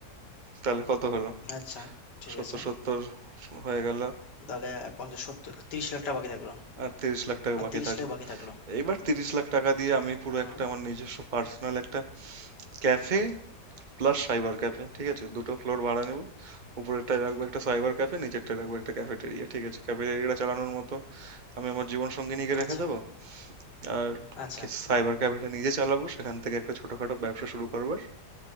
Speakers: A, on the right (about 30°); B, on the left (about 85°).
A: তাহলে কত হলো
B: আচ্ছা ঠিক
A: সত্তর
B: আছে
A: সত্তর হয়ে গেল
B: তাহলে পঞ্চাশ সত্তর তিরিশ লাখ টাকা বাকি থাকলো
A: আর তিরিশ লাখ টাকা
B: আর
A: বাকি
B: তিরিশ
A: থাকলো
B: লাখ বাকি থাকলো
A: এইবার তিরিশ লাখ টাকা দিয়ে আমি পুরো
B: হুম
A: একটা আমার নিজস্ব পার্সোনাল একটা ক্যাফে প্লাস সাইবার ক্যাফে ঠিক আছে দুটো ফ্লোর ভাড়া নেব উপরেরটায় রাখবো একটা সাইবার ক্যাফে নিচেরটায় রাখবো একটা ক্যাফেটেরিয়া ঠিক আছে ক্যাফেটেরিয়াটা চালানোর মতো আমি আমার জীবন সঙ্গিনীকে রেখে
B: আচ্ছা
A: দেবো আর
B: আচ্ছা
A: সাইবার ক্যাফেটা নিজে চালাবো সেখান থেকে একটা ছোটখাটো ব্যবসা শুরু করবার